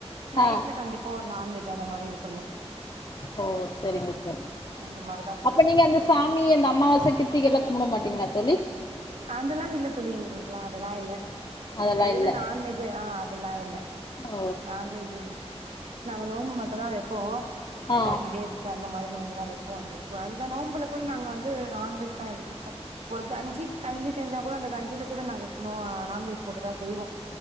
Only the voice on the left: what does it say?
ஆ
ஓ செரிங்கப்பா
அப்ப நீங்க அந்த
சாமி அந்த அம்மாவாச கிருத்திகல்லா கும்ப்ட மாட்டீங்ளா தோழி
அதெல்லா
இல்ல
ஓ
ஆ